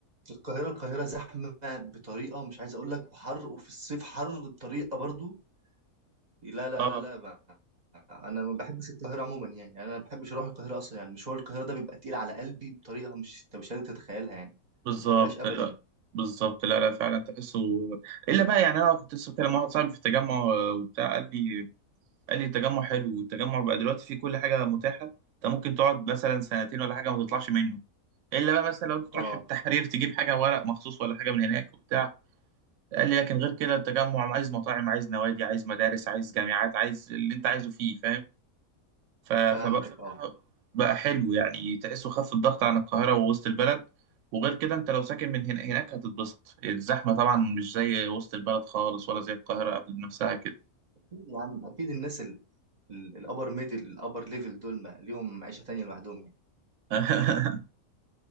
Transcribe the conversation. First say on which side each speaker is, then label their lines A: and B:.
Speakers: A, on the right (about 35°); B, on the right (about 65°).
A: القاهره القاهره زحمه بطريقه مش عايز اقول لك وحر وفي الصيف حر بطريقه برضه لا لا
B: اه
A: لا لا ما. انا ما بحبش القاهره عموما يعني يعني انا ما بحبش اروح القاهره اصلا يعني مشوار القاهره ده بيبقى تقيل على قلبي بطريقه مش انت مش قادر تتخيلها يعني
B: بالظبط
A: ما بحبهاش ابدا
B: لا بالظبط لا لا فعلا تحسه الا بقى يعني انا كنت لسه بكلم واحد صاحبي في التجمع آه، وبتاع قال لي قال لي التجمع حلو والتجمع بقى دلوقتي فيه كل حاجه متاحه انت ممكن تقعد مثلا سنتين ولا حاجه ما تطلعش منه الا بقى مثلا لو انت تروح
A: اه
B: التحرير تجيب حاجه ورق مخصوص ولا حاجه من هناك وبتاع قال لي لكن غير كده التجمع عايز مطاعم عايز نوادي عايز مدارس عايز جامعات عايز اللي انت عايزه فيه فاهم ف- فبقى
A: فهمتك اه
B: بقى حلو يعني تحسه خف الضغط عن القاهرة ووسط البلد وغير كده انت لو ساكن من هنا هناك هتتبسط الزحمة طبعا مش زي وسط البلد خالص ولا زي القاهرة قبل نفسها كده
A: يا عم اكيد الناس الابر ميدل الابر ليفل دول ما ليهم عيشه تانية لوحدهم يعني
B: <laughs>